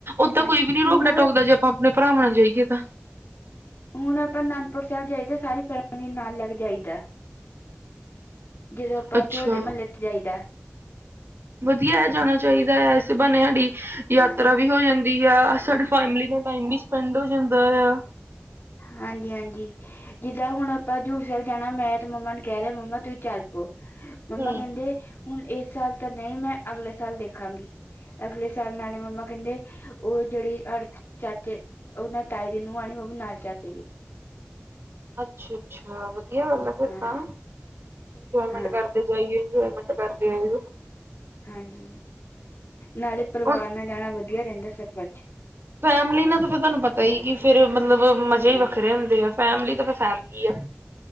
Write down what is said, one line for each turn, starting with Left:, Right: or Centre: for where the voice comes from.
Right: ਉਦਾਂ
Left: ਹਾਂਜੀ
Right: ਕੋਈ ਵੀ ਨੀ
Left: ਹੁਣ
Right: ਰੋਕਦਾ ਟੋਕਦਾ, ਜੇ ਆਪਾਂ ਆਪਣੇ ਭਰਾਵਾਂ ਨਾਲ ਜਾਈਏ ਤਾਂ।
Left: ਹੁਣ ਆਪਾਂ ਅਨੰਦਪੁਰ ਸਾਹਿਬ ਜਾਈਦਾ। ਸਾਰੀ ਫੈਮਲੀ ਨੂੰ ਨਾਲ ਲੈ ਕੇ ਜਾਈਦਾ। ਜਦੋਂ ਆਪਾਂ
Right: ਅੱਛਾ
Left: ਉੱਥੇ ਹੋਲੇ - ਮਹੱਲੇ ਤੇ ਜਾਈਦਾ।
Right: ਵਧੀਆ ਐ, ਜਾਣਾ ਚਾਹੀਦਾ ਏ। ਇਸੇ ਬਹਾਨੇ ਸਾਡੀ ਯਾਤਰਾ
Left: ਹਾਂਜੀ
Right: ਵੀ ਹੋ ਜਾਂਦੀ ਆ ਫੈਮਲੀ ਨਾਲ ਟਾਈਮ ਵੀ ਸਪੈਂਡ ਹੋ ਜਾਂਦਾ ਆ।
Left: ਹਾਂਜੀ - ਹਾਂਜੀ, ਜਿੱਦਾਂ ਹੁਣ ਆਪਾਂ ਹਜ਼ੂਰ ਸਾਹਿਬ ਜਾਣਾ ਮੈਂ ਤੇ ਮੰਮਾ ਨੂੰ ਕਹਿ ਰਿਹਾ ਮੰਮਾ ਤੁਸੀ। ਚੱਲ ਪੋ, ਮੰਮਾ
Right: ਹਮ
Left: ਕਹਿੰਦੇ ਹੁਣ ਇਸ ਸਾਲ ਤਾਂ ਨਹੀਂ ਮੈਂ ਅਗਲੇ ਸਾਲ ਦੇਖਾਂਗੀ। ਅਗਲੇ ਸਾਲ ਨਾਲੇ ਮੰਮਾ ਕਹਿੰਦੇ ਉਹ ਜਿਹੜੇ ਅੜਕ ਚਾਚੇ ਉਹਨਾਂ ਤਾਏ ਦੀ ਨੂੰਹ ਆਣੀ ਉਹ ਵੀ ਨਾਲ ਚਲ ਪੇ ਗੀ।
Right: ਅੱਛਾ-ਅੱਛਾ ਵਧੀਆ ਗੱਲ ਆ ਫੇਰ
Left: ਹਾਂ
Right: ਤਾਂ। ਇੰਜੁਆਏਮੈਂਟ
Left: ਹਾਂ
Right: ਕਰਦੇ ਜਾਈਏ, ਇੰਜੁਆਏਮੈਂਟ ਕਰਦੇ ਆਈਏ।
Left: ਹਾਂਜੀ, ਨਾਲੇ ਪਰਿਵਾਰ
Right: ਹੁਣ
Left: ਨਾਲ ਜਾਣਾ ਵਧੀਆ ਰਹਿੰਦਾ ਸਫ਼ਰ 'ਚ'।
Right: ਫੈਮਲੀ ਨਾਲ ਤਾਂ ਫਿਰ ਤੁਹਾਨੂੰ ਪਤਾ ਈ। ਕਿ ਫੇਰ ਮਤਲਬ ਮਜ਼ੇ
Left: ਹਾਂ
Right: ਵੱਖਰੇ ਹੁੰਦੇ ਆ। ਫੈਮਲੀ ਤਾਂ ਫਿਰ ਫੈਮਲੀ ਆ।